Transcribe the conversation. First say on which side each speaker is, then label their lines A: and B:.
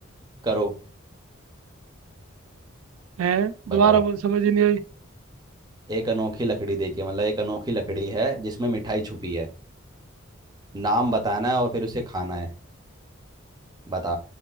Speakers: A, on the right (about 20°); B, on the right (about 85°).
A: करो
B: है
A: बताओ
B: दोबारा बोल समझ ही नहीं आई
A: एक अनोखी लकड़ी देखिए मतलब एक अनोखी लकड़ी है जिसमें मिठाई छुपी है नाम बताना है और फिर उसे खाना है बता